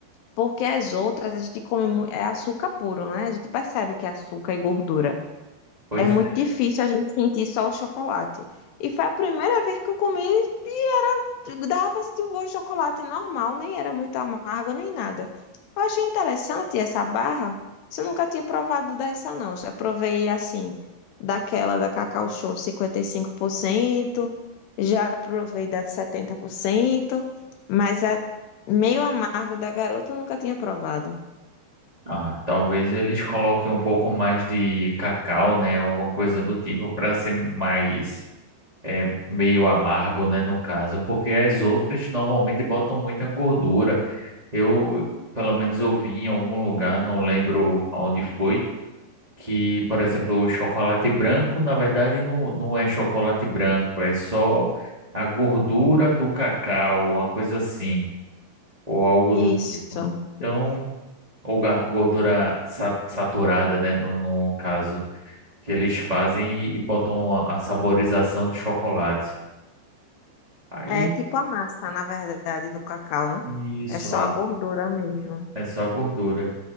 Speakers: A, on the left; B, on the right.
A: Porque as outras a gente come mu- é açúcar puro, né? A gente percebe que é açúcar e gordura.
B: Pois
A: É muito difícil a gente sentir só o chocolate. E foi a primeira vez que eu comi e era, dava pra sentir o gosto de chocolate normal, nem era muito amargo nem nada. Eu achei interessante essa barra. Isso Eu nunca tinha provado dessa, não. Já provei assim, daquela da Cacau Show 55%, já provei da de 70%, mas a meio amargo da garota eu nunca tinha provado.
B: Ah, talvez eles coloquem um pouco mais de cacau, né? Alguma coisa do tipo para ser mais é, meio amargo, né? No caso, porque as outras normalmente botam muita gordura. Eu, pelo menos, eu vi em algum lugar, não lembro aonde foi, que, por exemplo, o chocolate branco, na verdade, não, não é chocolate branco, é só a gordura do cacau, uma coisa assim, ou algo
A: Isso.
B: do tipo. Então, ou ga- gordura sa- saturada, né? No, no caso, que eles fazem e, e botam a, a saborização de chocolate. Aí,
A: É tipo a massa, na verdade, do cacau, né?
B: isso,
A: É só
B: ah,
A: a gordura mesmo.
B: é só gordura.